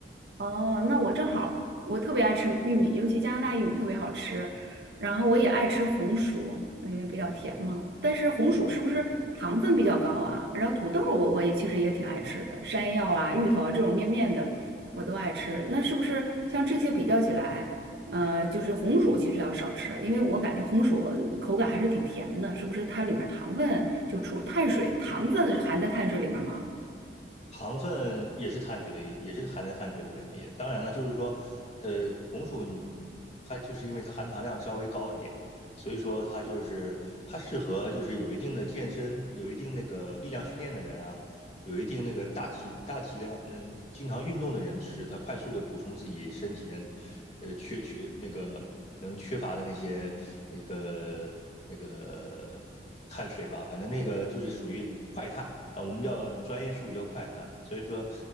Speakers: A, on the right (about 75°); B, on the left (about 35°).
A: 哦，那我正好，我特别爱吃玉米，尤其加拿大玉米特别好吃。然后我也爱吃红薯，因为比较甜嘛。但是红薯是不是糖分比较高啊？然后土豆我我也其实也挺爱吃的，山药啊、芋头啊这种面面的我都爱吃。那是不是像这些比较起来，呃，就是红薯其实要少吃，因为我感觉红薯口感还是挺甜的，是不是它里面糖分就除碳水，糖分含在碳水里面吗？
B: 糖分也是碳水的一也是含在碳水里边的一。也当然了，就是说，的红薯你它就是因为它含糖量稍微高一点，所以说它就是它适合就是有一定的健身、有一定那个力量训练的人啊，有一定那个大体大体量，那经常运动的人吃，他快速的补充自己身体里边，呃，缺缺那个能缺乏的那些那个那个碳水吧，反正那个就是属于快碳啊，我们叫专业术语叫快碳。所以说，